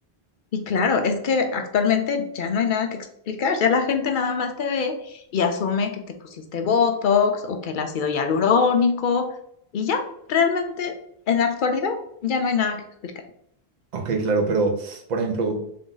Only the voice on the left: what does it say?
Y claro, es que actualmente ya no hay nada que explicar, ya la gente nada más te ve y asume que te pusiste Botox o que el ácido hialurónico y ya, realmente en la actualidad ya no hay nada que explicar.